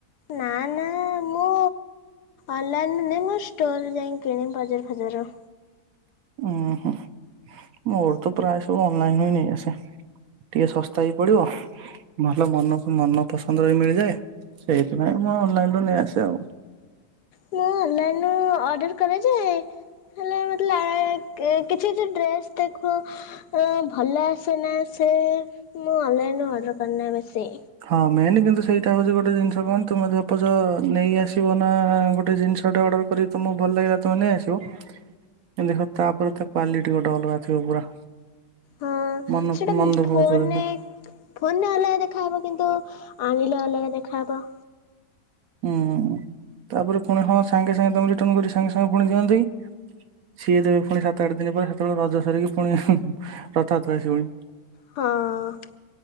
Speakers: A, on the left; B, on the right.
A: ନାଁ ନାଁ ମୁଁ ଅନଲାଇନ ନୁହେଁ ମୁଁ ଷ୍ଟୋରରେ ଯାଇଁକି କିଣେ ବାଜାର ଫଜାର।
B: ଉଁ ହୁଁ ମୋର ତ ପ୍ରାୟ ସବୁ ଅନଲାଇନରୁ ନେଇଆସେ। ଟିକେ ଶସ୍ତା ବି ପଡ଼ିବ ଭଲ ମନ ମନ ପସନ୍ଦ ବି ମିଳିଯାଏ। ସେଇଥିପାଇଁ ମୁଁ ଅନଲାଇନରୁୁ ନେଇ ଆସେ ଆଉ।
A: ମୁଁ ଅନଲାଇନରୁ ଅର୍ଡର କରେ ଯେ ହେଲେ ମତେ ଲା ଏ କେ କିଛି କିଛି ଡ୍ରେସ ଦେଖୁଅ ଅ ଭଲ ଆସେ ନାଁ ଆସେ ମୁଁ ଅନଲାଇନରୁ ଅର୍ଡ଼ର କରିନେଇ ବେଶୀ।
B: ହଁ ମେନ୍ କିନ୍ତୁ ସେଇଟା ହୋଉଚି ଗୋଟେ ଜିନିଷ କଣ ତୁମେ ଧ ପଜ ନେଇଆସିବ ନାଁ ଗୋଟେ ଜିନିଷଟେ ଅର୍ଡ଼ର କରିିକି ତମକୁ ଭଲ ଲାଗିଲା ତୁମେ ନେଇଆସିବ କିନ୍ତୁ ଦେଖ ତାପରେ ତା କ୍ୱାଲିଟୀ ଗୋଟେ ଅଲଗା ଥିବ ପୁରା।
A: ହଁ
B: ମନ
A: ସେଟା
B: ମନ ଦୁଃଖ
A: ଫୋନରେ
B: ହଉଥିବ ଦେଖି
A: ଫୋନରେ ଅଲଗା ଦେଖାହବ। କିନ୍ତୁ ଆଣିଲେ ଅଲଗା ଦେଖାହବ।
B: ଉଁ ତାପରେ ଫୁଣି ହଁ ସାଙ୍ଗେ ସାଙ୍ଗେ ତମେ ରିଟନ୍ କରି ସାଙ୍ଗେ ସାଙ୍ଗେ ପୁଣି ଦିଅନ୍ତି ସିଏ ଦେବେ ଫୁଣି ସାତ ଆଠ ଦିନି ପରେ ହେତୋଳେ ରଜ ସରିକି ପୁଣି ରଥ ଯାତ୍ରା ଆସିବଣି।
A: ହଁ। <unintelligible>